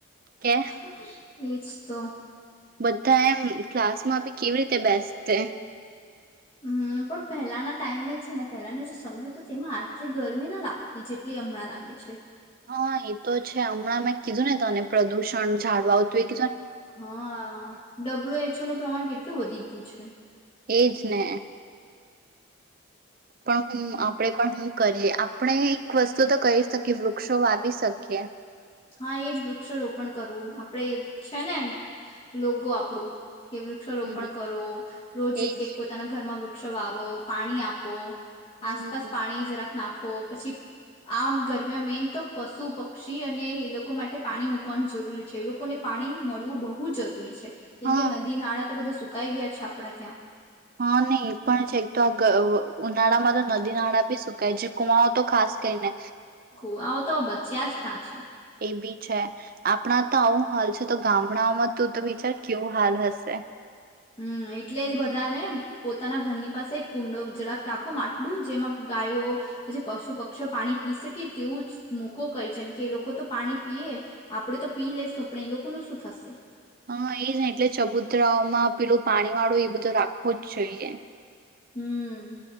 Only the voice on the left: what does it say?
<unintelligible> એજ તો.
હમ પણ પહેલાના ટાઈમમાં છે ને પહેલાનો જે સમય હતો તેમાં આટલી ગરમી ના લાગતી જેટલી હમણાં લાગે છે.
હા ડબલ્યુ એચ ઓ નું પ્રમાણ કેટલું વધી ગયું છે.
હમ.
હા એજ વૃક્ષ રોપણ કરવું આપડે છે ને, લોગો આપણું કે વૃક્ષારોપણ
કરો, રોજ
એક એક પોતાના ઘરમાં વૃ વૃક્ષ વાવો પાણી આપો.
આસપાસ પાણી જરાક નાખ આખો, પછી આમ ગરમીમાં મેન તો પશુ પક્ષી અને એ લોકો માટે પાણી મૂકવાનું જરૂરી છે લોકોને પાણી મળવું બહુ જરૂરી છે. કેમ
કે નદી નાળા તો બધા સુ કઈ ગયા છે આપણા ત્યાં.
કુવાઓ તો બચ્યા જ કાં છે.
હમ એટલે જ બધાને પોતાના ઘરની પાસે કુંડો જળક રાખો આટલું જેમાં ગાયો, પછી પશુ પક્ષીઓ પાણી પી શકે તેવું જ મુકો કઈ જેમ કે એ લોકો તો પાણી પીએ, આપડે તો પી લેેશું પણ એ લોકોનું શું થશે?
હમ,